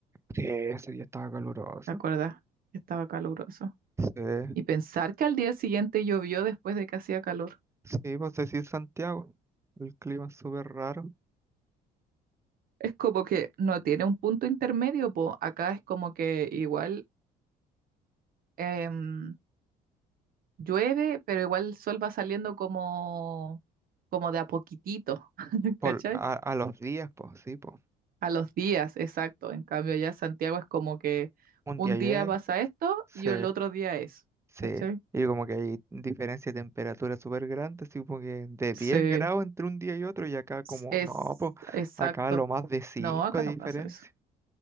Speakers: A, on the right; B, on the right.
A: sí, ese día estaba caluroso.
B: ¿Te acuerdas? Estaba caluroso.
A: Sí,
B: Y pensar que al día siguiente llovió después de que hacía calor.
A: sí, pues sí, Santiago, el clima es súper raro.
B: Es como que no tiene un punto intermedio, pues acá es como que igual. em, Llueve, pero igual el sol va saliendo como, como de a poquitito, <laughs>
A: Por,
B: ¿cachai?
A: a, a los días, pues sí, pues.
B: A los días, exacto. En cambio, ya Santiago es como que
A: Un
B: un
A: día llueve,
B: día pasa esto
A: sí.
B: y el otro día es,
A: Sí,
B: ¿cachai?
A: y como que hay diferencia de temperatura súper grande, así como que de 10
B: Sí,
A: grados entre un día y otro, y acá como,
B: s- es
A: no, pues
B: exacto.
A: acá lo más de cinco
B: No, acá
A: de
B: no
A: diferencia.
B: pasa eso.